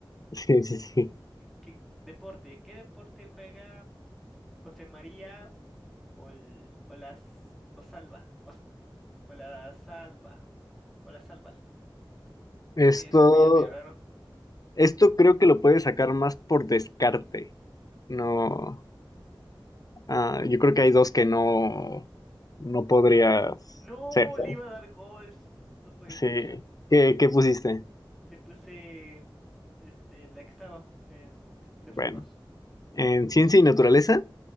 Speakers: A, on the left; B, in the centre.
A: Sí, sí, sí.
B: ¿Qué deporte? ¿Qué deporte juega José María o, el- o las o Salva? O, s- o la Salva. O la Salval.
A: Esto,
B: Tiene su apellido medio raro.
A: esto creo que lo puedes sacar más por descarte. No, ah, yo creo que hay dos que no, no podrías
B: No,
A: ser, ¿sabes?
B: le iba a dar gol. No puede
A: Sí.
B: ser.
A: ¿Qué, qué pusiste?
B: Le puse este, la que está abajo, el, el de
A: Bueno,
B: fondos.
A: en ciencia y naturaleza,